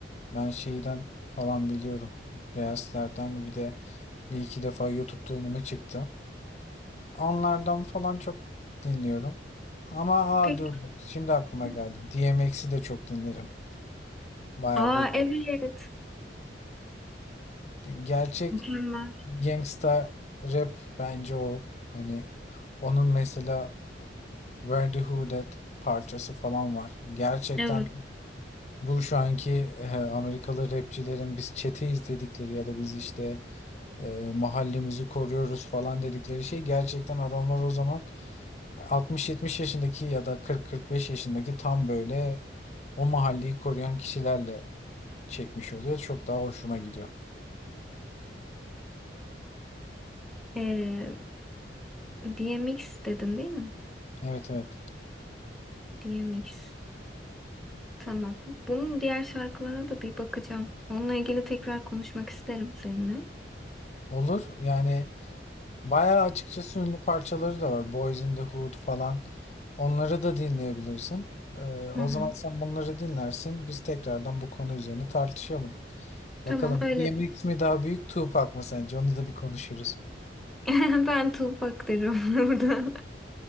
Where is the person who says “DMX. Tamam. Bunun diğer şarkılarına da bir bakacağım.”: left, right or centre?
Centre